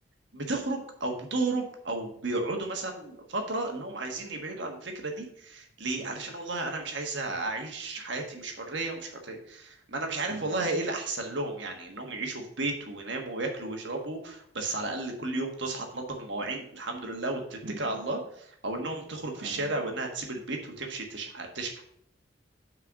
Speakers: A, on the right; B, on the right.
A: بتخرج او بتهرب او بيقعدوا مثلا فتره انهم عايزين يبعدوا عن الفكره دي ليه علشان والله انا مش عايز اعيش حياتي مش حريه ومش حريه ما انا مش عارف
B: أمم،
A: والله ايه الاحسن لهم يعني انهم يعيشوا في بيت ويناموا وياكلوا ويشربوا بس على الاقل كل يوم تصحى تنظف المواعين الحمد لله وتتكل
B: أمم،
A: على الله او انهم تخرج في الشارع
B: فاهم.
A: وانها تسيب البيت وتمشي تشح- تشحت